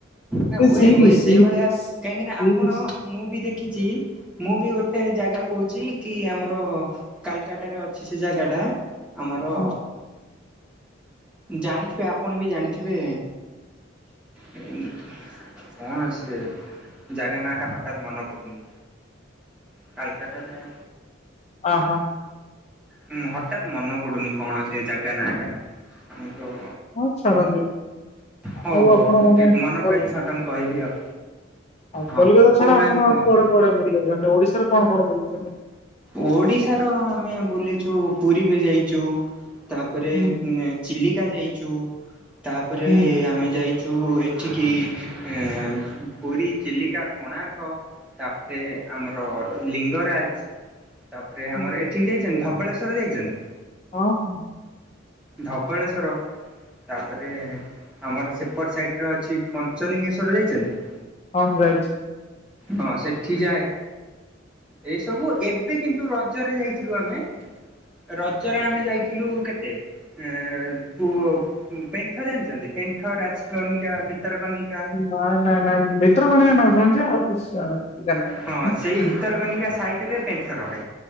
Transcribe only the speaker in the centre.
ନା
ହୁଏ ହୁଏ
ସେଇଭଳିଆ
କାହିଁକି ନା ଆପଣ
ମୁଁ ବି ଦେଖିଛି ମୁଁ ବି ଗୋଟେ ଜାଗା କହୁଛି କି ଆମର କାଲକାଟାରେ ଅଛି ସେ ଜାଗା ଟା। ଆମର
ଜାଣିଥିବେ ଆପଣ ବି ଜାଣିଥିବେ କଣ ସେ ଜାଗା ନା ଟା ହଠାତ୍ ମନେ ପଡୁନି। କାଲକାଟାରେ
ହୁଁ ହଠାତ ମନେ ପଡୁନି କଣ ସେ ଜାଗା ନାଁ ଟା ଆମର
ହଉ ହଉ
ମନେ
ପଇଲେ ସାଟନ୍ କହିବି ଆଉ।
ହଁ
କହୁନାହାନ୍ତି
କୁହନ୍ତୁ।
ଓଡିଶାର ଆମେ ବୁଲିଛୁ ପୁରୀ ବି ଯାଇଛୁ। ତାପରେ
ଉଁମଁ ଚିଲିକା ଯାଇଛୁ। ତାପରେ
ଆମେ ଯାଇ ଯଉଁ ଏଠିଁକି ଏଁ ପୁରୀ ଚିଲିକା କୋଣାର୍କ ତାପରେ ଆମର ଲିଙ୍ଗରାଜ ତାପରେ ଆମର
ଏଠିଁକି ଯାଇଛନ୍ତି ଧବଳେଶ୍ଵର ଯାଇଛନ୍ତି।
ଧବଳେଶ୍ଵର ତାପରେ ଆମର ସେପଟ ସାଇଟିରେ ଅଛି ପଞ୍ଚଲିଙ୍ଗେଶ୍ଵର ଯାଇଛନ୍ତି?
ହଁ ସେଠିଁ ଯାଏ। ଏହିସବୁ ଏବେ କିନ୍ତୁ ରଜରେ ଯାଇଥିଲୁ ଆମେ ରଜରେ ଆମେ ଯାଇଥିଲୁ କେତେ? ଏଁ ପୁଂ ପେଣ୍ଠ ଜାଣିଛନ୍ତି। ପେଣ୍ଠ ରାଜକନିକା ଭିତରକନିକା
ହଁ
ସେଇ
ଭିତରକନିକା ସାଇଟ ରେ ପେଣ୍ଠ ରହେ